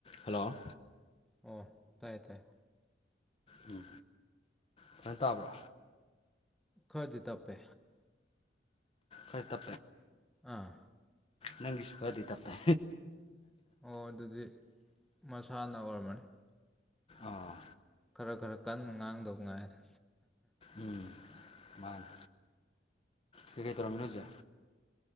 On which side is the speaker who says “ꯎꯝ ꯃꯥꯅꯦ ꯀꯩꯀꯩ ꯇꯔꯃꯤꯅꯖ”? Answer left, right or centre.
Left